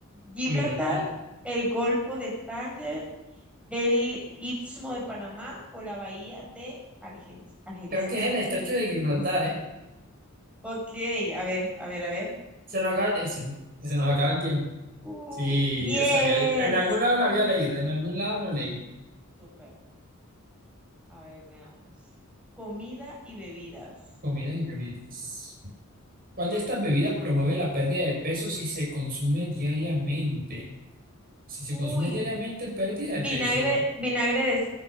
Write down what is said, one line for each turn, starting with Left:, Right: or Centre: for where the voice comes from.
Centre: Gibraltar,
Right: Gibraltar.
Centre: el Golfo de Tánger, el Istmo de Panamá o la Bahía de Algeriz Algerizas.
Right: Creo que es el estrecho de
Centre: <laughs>
Right: Gibraltar,
Centre: es decir,
Right: ¿eh?
Centre: Ok, a ver, a ver, a ver.
Right: Se nos acaba eso. Se nos acaba el tiempo.
Centre: Uh,
Right: Sí,
Centre: yes.
Right: o sea, ya- en algún lado lo había leído, en algún lado lo leí.
Centre: Súper. A ver, veamos. Comida y bebidas.
Right: Comidas y bebidas. ¿Cuál de estas bebidas promueve la pérdida de peso si se consume diariamente? Si se
Centre: Uy,
Right: consume diariamente, pérdida
Centre: Vinagre,
Right: de peso.
Centre: vinagre de,